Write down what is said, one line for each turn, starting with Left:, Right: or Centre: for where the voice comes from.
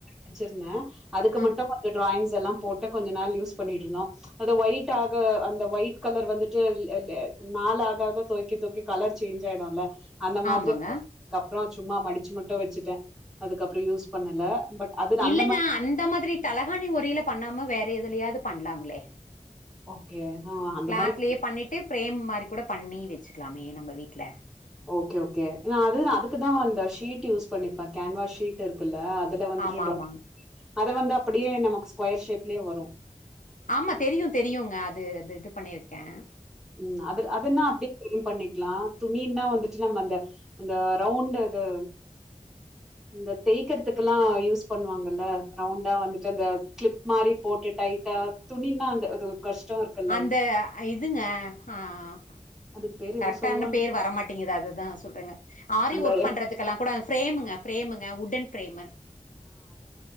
Centre: வச்சிருந்தேன் அதுக்கு
Left: ஆ
Centre: மட்டும் கொஞ்சம் டிராயிங் எல்லா போட்டு கொஞ்ச நாள் யூஸ் பண்ணிட்டு இருந்தோ அத ஒயிட் ஆக அந்த ஒயிட் கலர் வந்துட்டு நால ஆக ஆ துவக்க துவக்க கலர் சேஞ்ச் ஆயிடும்ல்ல அந்த மாதிரி
Left: ஆமாங்க
Centre: அப்புறம் சும்மா மடிச்சு மட்டும் வச்சுட்டேன் அதுக்கப்புறோ யூஸ் பண்ணல பட் அது அந்த
Left: இல்லங்க
Centre: மாரி
Left: அந்த மாதிரி தலகாணி உறையில பண்ணாம வேற எதுலயாவது பண்ணலாங்களே
Centre: ஓகே. ஆ அந்த
Left: கிளாத்லயே
Centre: மாரி
Left: பண்ணிட்டு பிரேம் மாதிரி கூட பண்ணி வச்ச வச்சுக்கலாமே நம்ம வீட்டுல
Centre: ஓகே ஓகே நா அது அதுக்குதான் அந்த ஷீட் யூஸ் பண்ணிப்பே கேன்வாஸ் ஷீட் இருக்குல்ல அதுல வந்துட்டு
Left: ஆமா
Centre: டிரா
Left: ஆமாங்க
Centre: அதை வந்து அப்படியே நமக்கு ஸ்கொயர் ஷேப் யே வரும்
Left: ஆமா தெரியும் தெரியுங்க அது அது இது பண்ணியிருக்கு க
Centre: உம் அது அதனா அப்டிக் பண்ணிக்கலா துணின்னா வந்துட்டு நம்ப அந்த ரவுண்டது இந்த தேய்கிறதுக்கெல்லா யூஸ் பன்னுவாங்கள ரவுண்டவந்துட்டு அந்த கிளிப்மாரி போட்டு டைட்டா துணிணா அந்த கஷ்டோ இருக்குல்ல
Left: அந்த இதுங்க ஆஹ
Centre: அதுக்கு பேரு
Left: கரெக்டான
Centre: ஏதோ சொல்லுவாங்க
Left: பேர் வரமாட்டேங்குது அததுதான் சொல்றங்க ஆரி
Centre: அந்த
Left: ஒர்க்
Centre: எம்
Left: பண்றதுல்லா கூட பிரேமுங்க பிரேமுங்க வுட்டன் பிரேமு